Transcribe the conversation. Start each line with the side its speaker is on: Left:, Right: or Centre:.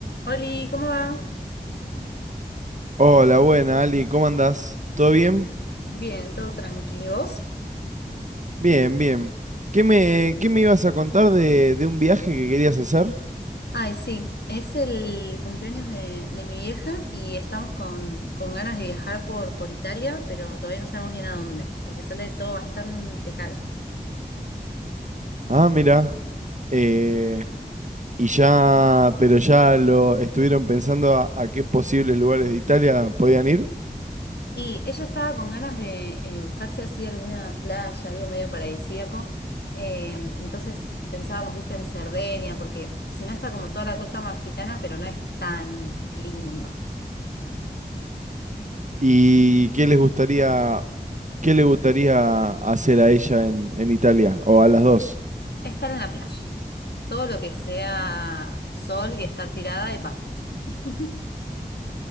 Left: Oli, ¿cómo va?
Right: Hola, buena, Ali, ¿cómo andás? ¿Todo bien?
Left: Bien, todo tranquilos.
Right: Bien, bien. ¿Qué me, qué me ibas a contar de, de un viaje que querías hacer?
Left: Ay, sí, es el cumpleaños de, de mi vieja y estamos con, con ganas de viajar por, por Italia, pero todavía no sabemos bien a dónde, porque sale todo bastante caro.
Right: Ah, mira. Eh, y ya, pero ya lo estuvieron pensando a, a qué posibles lugares de Italia podían ir
Left: Y ella estaba con ganas de eh, buscarse así alguna playa, algo medio paradisíaco. Eh, entonces pensábamos, viste, en Cerdeña, porque si no está como toda la costa amalfitana, pero no es tan lindo.
Right: y qué les gustaría, qué le gustaría hacer a ella en, en Italia o a las dos.
Left: Estar en la playa. Todo lo que sea sol y estar tirada y basta. <laughs>